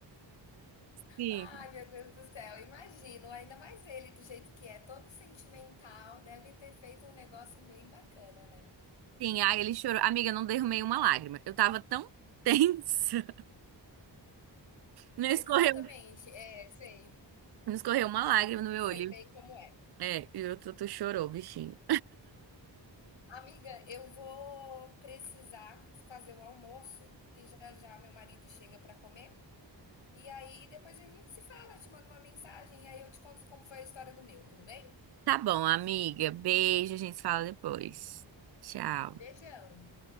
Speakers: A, on the right; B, on the left.
A: Sim.
B: Ai, meu Deus do céu, imagino. Ainda mais ele, do jeito que é, todo sentimental, deve ter feito um negócio bem bacana, né?
A: Sim, ai, ele chorou. Amiga, eu não derramei uma lágrima. Eu tava tão <laughs> tensa. Não
B: Exatamente,
A: escorreu,
B: é, sei.
A: não escorreu uma lágrima no meu
B: Sei
A: olho.
B: bem como é.
A: É, e o Tutu chorou, bichinho.
B: Amiga, eu vou precisar fazer o almoço, que já já meu marido chega para comer. E aí depois a gente se fala, eu te mando uma mensagem e aí eu te conto como foi a história do meu, tudo bem?
A: Tá bom, amiga. Beijo, a gente se fala depois. Tchau.
B: Beijão.